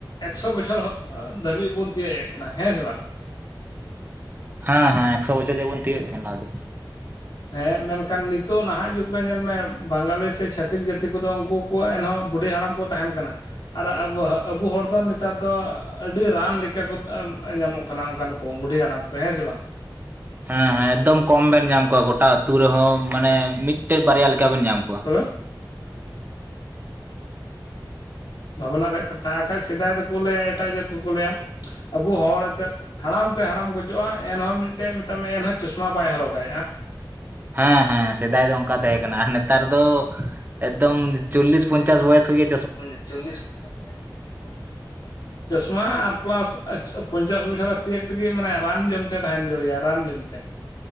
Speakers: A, on the left; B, on the right.
A: ᱮᱠᱥᱚ ᱵᱚᱪᱷᱚᱨ ᱦᱚᱜ ᱫᱷᱟᱹᱵᱤᱜ ᱵᱩᱱ ᱛᱤᱭᱟᱹᱜ ᱮᱜ ᱛᱷᱮᱱᱟ ᱦᱮᱸ ᱥᱮ ᱵᱟᱝ?
B: ᱦᱮᱸ ᱦᱮᱸ ᱮᱠᱥᱚ ᱵᱚᱪᱷᱚᱨ ᱡᱮ ᱵᱚᱱ ᱛᱤᱭᱟᱹᱜ ᱛᱮᱦᱮᱱᱟ ᱟᱫᱚ᱾
A: ᱮᱸ ᱢᱮᱱᱠᱷᱟᱱ ᱱᱤᱛᱚᱜ ᱱᱟᱦᱟᱸᱜ ᱡᱩᱜᱽ ᱨᱮ ᱧᱮᱞ ᱢᱮ ᱵᱟᱝᱜᱟᱞᱤ ᱥᱮ ᱪᱷᱟᱹᱛᱤᱠ ᱡᱟᱹᱛᱤ ᱠᱚᱫᱚ ᱩᱱᱠᱩ ᱠᱩ ᱮᱱᱦᱚᱸ ᱵᱩᱰᱤ ᱦᱟᱲᱟᱢ ᱠᱚ ᱛᱟᱦᱮᱱ ᱠᱟᱱᱟ᱾ ᱟᱨ ᱟᱵᱳ ᱦᱟᱹ ᱟᱵᱳ ᱦᱚᱲ ᱫᱚ ᱱᱮᱛᱟᱨ ᱫᱚ ᱟᱹᱰᱤ ᱨᱟᱱ ᱞᱮᱠᱟ ᱠᱚ ᱮᱢ ᱮ ᱧᱟᱢᱚᱜ‌ ᱠᱟᱱᱟ ᱚᱱᱠᱟᱱ ᱠᱚ ᱵᱩᱰᱷᱤ ᱦᱟᱲᱟᱢ ᱠᱚ ᱦᱮᱸ ᱥᱮ ᱵᱟᱝ?
B: ᱦᱮᱸ ᱦᱮᱸ ᱮᱠᱫᱚᱢ ᱠᱚᱢ ᱵᱮᱱ ᱧᱟᱢ ᱠᱚᱣᱟ, ᱜᱚᱴᱟ ᱟᱹᱛᱩ ᱨᱮᱦᱚᱸ ᱢᱟᱱᱮ ᱢᱤᱜᱴᱮᱡ ᱵᱟᱨᱭᱟ ᱞᱮᱠᱟ ᱵᱮᱱ ᱧᱟᱢ ᱠᱚᱣᱟ᱾
A: <unintelligible> ᱾ ᱵᱷᱟᱵᱽᱱᱟ ᱨᱮᱭᱟᱜ ᱠᱟᱛᱷᱟ, ᱟᱠᱷᱟᱡ ᱥᱮᱫᱟᱭ ᱫᱚᱠᱚ ᱞᱟᱹᱭᱟ ᱮᱴᱟᱜ ᱡᱟᱹᱛ ᱠᱚᱠᱚ ᱞᱟᱹᱭᱟ, ᱟᱵᱚ ᱦᱚᱲ ᱮᱛᱮᱫ ᱦᱟᱲᱟᱢ ᱛᱮ ᱦᱟᱲᱟᱢ ᱜᱚᱡᱚᱜᱼᱟ ᱮᱱᱦᱚᱸ ᱢᱤᱫᱴᱮᱡ ᱢᱮᱛᱟ ᱢᱮᱭᱟ ᱱᱷᱟᱜ ᱪᱚᱥᱢᱟ ᱵᱟᱭ ᱦᱚᱨᱚᱜᱼᱟ᱾
B: ᱦᱮᱸ ᱦᱮᱸ ᱥᱮᱫᱟᱭ ᱫᱚ ᱚᱱᱠᱟ ᱛᱟᱦᱮᱸ ᱠᱟᱱᱟ ᱟᱨ ᱱᱮᱛᱟᱨ ᱫᱚ ᱮᱠᱫᱚᱢ ᱪᱚᱞᱞᱤᱥ ᱯᱚᱧᱪᱟᱥ ᱵᱚᱭᱮᱥ ᱨᱮᱜᱮ
A: ᱟᱱᱮ ᱪᱚᱞᱤᱥ ᱯᱚᱧᱪᱟᱥ ᱵᱚᱭᱮᱥ ᱨᱮᱜᱮ
B: <unintelligible>
A: ᱪᱚᱥᱢᱟ ᱟᱨ ᱯᱮᱞᱟᱥ ᱟᱪᱚ ᱯᱚᱧᱪᱟᱥ ᱵᱚᱪᱷᱚᱨ ᱛᱤᱭᱟᱜ ᱛᱮᱜᱮ ᱢᱟᱱᱮ ᱨᱟᱱ ᱡᱚᱢ ᱛᱮ ᱛᱟᱦᱮ ᱡᱟᱲᱩᱭᱼᱟ ᱨᱟᱱ ᱡᱚᱢ ᱾ <unintelligible>